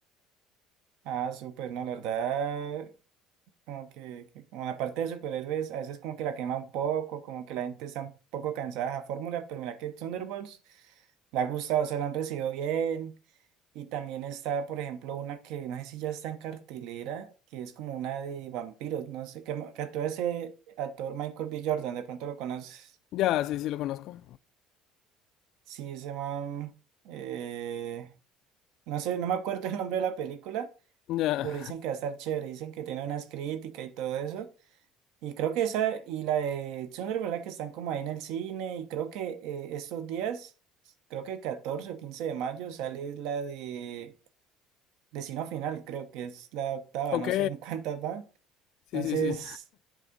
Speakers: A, on the right; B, on the left.
A: Ah, súper, no, la verdad, Como que, que como la parte de superhéroes a veces como que la quema un poco, como que la gente está un poco cansada de la fórmula, pero mira que Thunderbolts la ha gustado, o sea, la han recibido bien. Y también está, por ejemplo, una que no sé si ya está en cartelera, que es como una de vampiros, no sé, que, que actúa ese actor Michael B. Jordan, de pronto lo conoces.
B: Ya, sí, sí lo conozco.
A: Sí, ese man, eh, no sé, no me acuerdo <laughs> el nombre de la película,
B: Ya.
A: pero dicen que va a estar chévere, dicen que tiene unas críticas y todo eso. Y creo que esa y la de Tsundere, ¿verdad? Que están como ahí en el cine. Y creo que eh, estos días, creo que el 14 o 15 de mayo sale la de Destino Final, creo que es la octava,
B: Ok.
A: no sé en cuántas van.
B: Sí,
A: Entonces,
B: sí, sí.